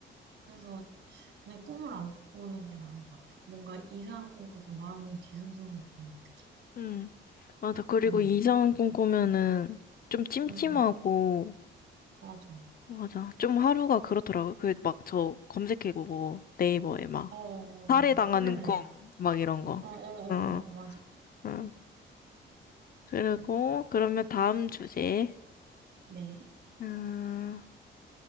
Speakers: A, on the right; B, on the left.
A: 그래서 그냥 꿈을 안 꾸는 게 나은 것 같아. 뭔가 이상한 꿈 꿔서 마음이 뒤숭숭하고 그러면 어떡해.
B: 음. 맞아. 그리고
A: 응,
B: 이상한 꿈 꾸면은 좀 찜찜하고,
A: 응, 응. 맞아.
B: 맞아. 좀 하루가 그렇더라고요. 그 막 저 검색해고 뭐 네이버에 막.
A: 어, 어,
B: 살해당하는
A: 맞아. 꿈의 뭐.
B: 꿈, 막 이런 거.
A: 어, 어, 어,
B: 어,
A: 어, 맞아.
B: 어. 그리고, 그러면 다음 주제.
A: 네.
B: 음,